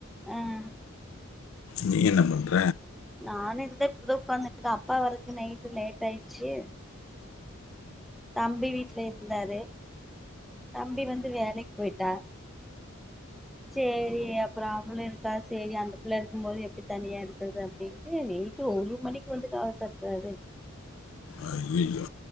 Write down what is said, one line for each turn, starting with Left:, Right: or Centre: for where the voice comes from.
Centre: அஹ்
Left: நீ என்ன பண்ற
Centre: நானு இந்தா இப்பதா உட்காந்துருக்க அப்பா வரக்கு நைட் லேட் ஆயிடுச்சு தம்பி வீட்ல இருந்தாரு தம்பி வந்து வேலைக்கு போய்ட்டா சேரி அப்புறம் அவளு இருக்கா சேரி அந்த பிள்ள இருக்கும் போது எப்படி தனியா இருக்குறது அப்படின்டு நைட்டு ஒரு மணிக்கு வந்து கதவ தட்றாரு
Left: ஐயையோ